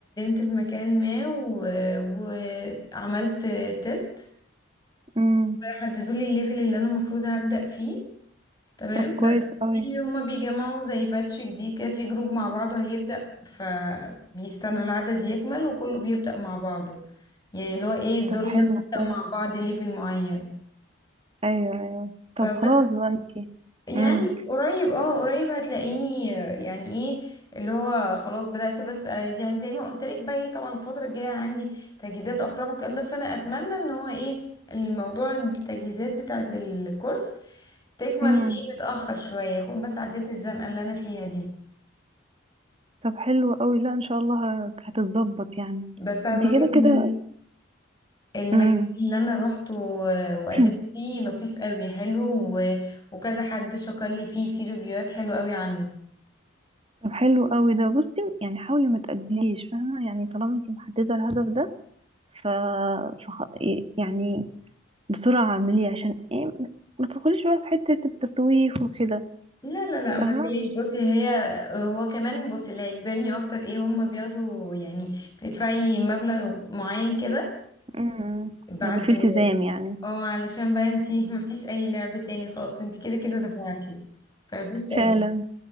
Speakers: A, on the left; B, on the right.
A: في مكان ما و... وعملت تيست
B: امم
A: يحددوا لي الليفل اللي انا المفروض هبدأ فيه تمام
B: طب كويس
A: بس
B: قوي
A: في هما بيجمعوا زي باتش جديد كده في جروب مع بعضه هيبدأ فبيستنوا العدد يكمل وكله بيبدأ مع بعضه يعني اللي هو ايه دول
B: طب حلو
A: اللي هنبدأ
B: كويس
A: مع بعض ليفل معين
B: ايوه ايوه
A: فبس
B: طب خلاص بقى انتي
A: يعني
B: امم
A: قريب اه قريب هتلاقيني آه، يعني ايه اللي هو خلاص بدأت بس آه، يعني زي ما قلت لك بقى ايه طبعا الفترة الجاية عندي تجهيزات افراح والكلام ده فانا اتمنى ان هو ايه الموضوع التجهيزات بتاعة الكورس تكمل
B: امم
A: ايه متأخر شوية اكون بس عديت الزنقة اللي انا فيها دي
B: طب حلو قوي لا ان شاء الله هت- هتتظبط يعني
A: بس عايزة
B: انتي
A: اقولك
B: كده
A: ان
B: كده
A: ال- المكان
B: امم
A: اللي انا روحته و- وقدمت
B: <clears throat>
A: فيه لطيف قوي حلو و... وكذا حد شكر لي فيه في ريفيوهات حلوة قوي عنه
B: طب حلو قوي ده بصي يعني حاولي ما تأجليش فاهمه يعني طالما انتي محدده الهدف ده ف... فخ... يعني بسرعه اعمليه عشان ايه ما ما تدخليش بقى في حته التسويف وكده
A: لا لا لا ما
B: فاهمه
A: تقلقيش بصي هي هو كمان بصي اللي هيجبرني اكتر ايه هما بياخدوا يعني بتدفعي مبلغ معين كده
B: امم
A: بعد
B: هيبقى فيه التزام يعني
A: اه علشان بقى انتي <laughs> مفيش اي لعب تاني خلاص انتي كده كده دفعتي فمفيش تأجيل
B: فعلا